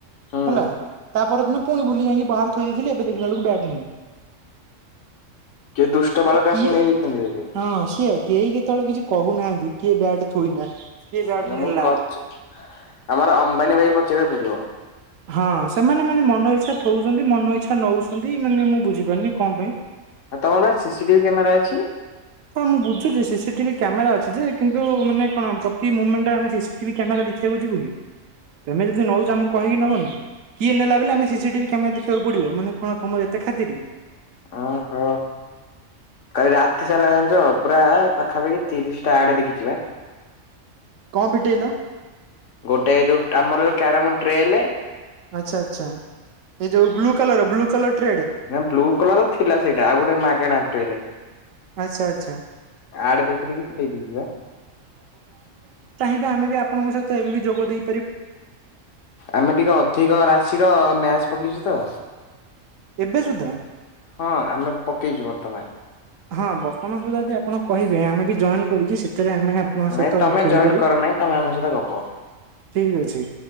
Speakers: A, on the left; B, on the right.
A: ହୁଁ
B: ହେଲା, ତା ପରଦିନ ପୁଣି ଭୁଲି ଯାଇଁକି ବାହାରେ ଥୋଇ ଦେଇଥିଲି ଏବେ ଦେଖିଲା ବେଳକୁ ବ୍ୟାଟ୍ ସିଏ
A: କିଏ ଦୁଷ୍ଟ ବାଳକ
B: କିଏ
A: ଆସିକି ନେଇଯାଇଛନ୍ତି ବୋଧେ
B: ହଁ ସିଏ କେହି କେତେବେଳେ କିଛି କହୁନାହାଁନ୍ତି କିଏ ବ୍ୟାଟ ଥୋଇଲା କିଏ ବ୍ୟାଟ
A: ତାହେଲେ
B: ନେଲା।
A: ମୁଁ କଉଚି ଆମର ଅମ୍ବାନୀ ଭାଇକି ପଚାରିବାକୁ ପଡିବ।
B: ହଁ ସେମାନେ ମାନେ ମନ ଇଚ୍ଛା ଥୋଉଛନ୍ତି, ମନ ଇଚ୍ଛା ନଉଛନ୍ତି ମାନେ ମୁଁ ବୁଝିପାରୁନି କଣ ପାଇଁ?
A: ଆଉ ତମର ବା ସିସି ଟିଭି କ୍ୟାମେରା ଅଛି?
B: ହଁ ମୁଁ ବୁଝୁଛି ସିସି ଟିଭି କ୍ୟାମେରା ଅଛି ଯେ, କିନ୍ତୁ ମାନେ କଣ ପ୍ରତି ମୁମେଣ୍ଟରେ ଆମେ ସିସିଟିଭି କ୍ୟାମେରା ଦେଖିବାକୁ ଯିବୁ କି? ତେମେ ଯଦି ନଉଛ ଆମକୁ କହିକି ନବନି, କିଏ ନେଲା ବେଲି ଆମେ ସିସିଟିଭି କ୍ୟାମେରା ଦେଖିବାକୁ ପଡ଼ିବ, ମାନେ କଣ ତମର ଏତେ ଖାତିରି।
A: ଓହୋ। କାଲି ରାତିସାରା ଜାଣିଛ ପୁରା ପାଖାପାଖି ତିରିଶଟା ଆଡ ଦେଖିଚି ବା।
B: କଣ ପିଟେଇଲ?
A: ଗୋଟେ ଯୋଉ ଆମର ଯୋଉ କ୍ୟାରମ ଟ୍ରେଲେ
B: ଆଚ୍ଛା ଆଚ୍ଛା। ଏ ଯୋଉ blue colour blue colour tray
A: ନାଁ ବ୍ଲୁ କଲର ଥିଲା ସେଇଟା ଆଉ ଗୋଟେ ମାଗଣା ପଟେଇଲେ।
B: ଆଚ୍ଛା ଆଚ୍ଛା।
A: ଆଡ ଦେଖି ଦେଖି ଫିଟେଇ ଦେଇଚି ବା।
B: ଏବେ ଆମେ ବି ଆପଣଙ୍କ ସହିତ ଏବେ ବି ଯୋଗ ଦେଇ
A: ଆମେ ଟିକେ ଅଧିକ ରାଶିର ମ୍ୟାଜ ପକେଇଛୁ ତ।
B: ଏବେ ସୁଦ୍ଧା।
A: ହଁ ଆମେ ପକେଇଚୁ ବର୍ତ୍ତମାନ।
B: ହଁ ବର୍ତ୍ତମାନ ସୁଦ୍ଧା ଯଦି ଆପଣ କହିବେ ଆମେ ବି ଜଏନ୍ କରିକି ସେ ତେବେ ଆମେ ବି ଆପଣଙ୍କ
A: ନାଇଁ
B: ସହିତ
A: ତମେ
B: ଖେଳିପାରିବୁ।
A: ଜଏନ୍ କର ନାଇଁ ତମେ ଆମ ସହିତ ଗପ ହୁଁ
B: ଠିକ ଅଛି